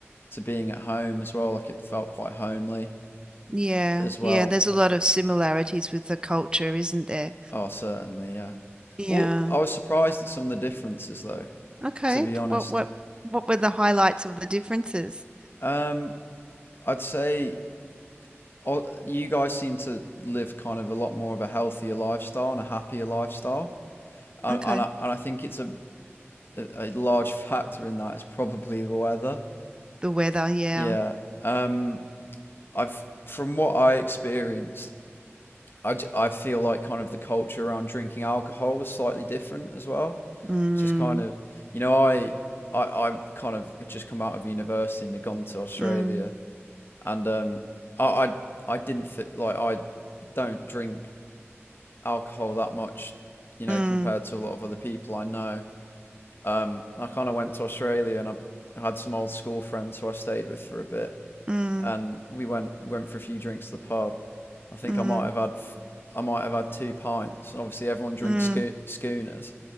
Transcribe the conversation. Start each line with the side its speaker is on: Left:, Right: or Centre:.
Left: to being at home as well. Like it felt quite homely
Right: yeah,
Left: as well.
Right: yeah. There's a lot of similarities with the culture, isn't there?
Left: Oh, certainly, yeah.
Right: Yeah.
Left: Well, I was surprised at some of the differences, though,
Right: Okay.
Left: to be honest.
Right: What what what were the highlights of the differences?
Left: Um, I'd say all- you guys seem to live kind of a lot more of a healthier lifestyle and a happier lifestyle. And,
Right: Okay.
Left: and, I, and I think it's a, a, a large <laughs> factor in that is probably the weather.
Right: The weather, yeah.
Left: Yeah. Um, I've, from what I experienced, I, j- I feel like kind of the culture around drinking alcohol was slightly different as well.
Right: Mm,
Left: just kind of, you know, I, I, I've kind of had just come out of university and had gone to Australia,
Right: mm,
Left: and um, I, I, I didn't fit like I don't drink alcohol that much, you know,
Right: mm,
Left: compared to a lot of other people I know. Um, I kind of went to Australia and I had some old school friends who I stayed with for a bit,
Right: mm,
Left: and we went went for a few drinks to the pub. I think
Right: mm,
Left: I might have had I might have had two pints, and obviously everyone drinks
Right: mm.
Left: schoo- schooners,